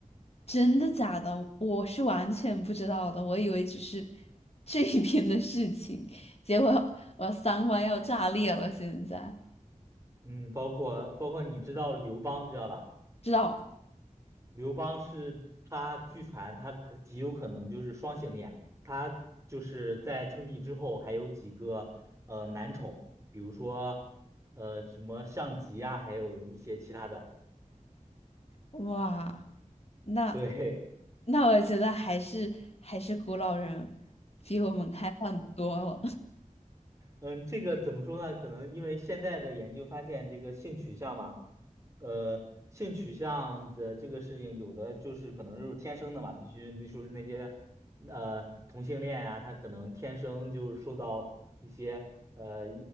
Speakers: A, on the left; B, on the right.
A: 真的假的？我是完全不知道的，我以为只是 <laughs> 这一边的事情，结果我三观要炸裂了。现在
B: 嗯，包括包括你知道刘邦知道吧？
A: 知道，
B: 刘邦是他，据传他可极有可能就是双性恋，他就是在称帝之后还有几个呃男宠，比如说呃什么项籍啊，还有一些其他的。
A: 哇，那
B: 对，
A: 那我觉得还是还是古老人比我们开放多了。
B: 嗯，这个怎么说呢？可能因为现在的研究发现，这个性取向嘛，呃，性取向的这个事情，有的就是可能就是天生的嘛，必须那就是那些呃同性恋呀、他可能天生就是受到一些呃